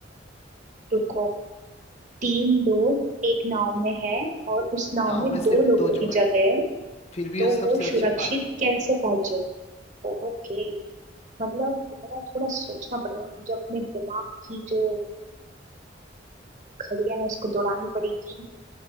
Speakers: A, on the right; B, on the left.
A: रुको तीन लोग एक नाव में है और उस नाव
B: नाव
A: में
B: में सिर्फ
A: दो लोगों
B: दो जगह
A: की जगह
B: है
A: है
B: फिर भी
A: तो
B: वो सब
A: वो
B: सुरक्षित
A: सुरक्षित
B: पार हो गए
A: कैसे पहुंचे ओके मतलब मेरा थोड़ा सोचना पड़ेगा मुझे अपने दिमाग की जो घड़ियां है उसको दौड़ानी पड़ेगी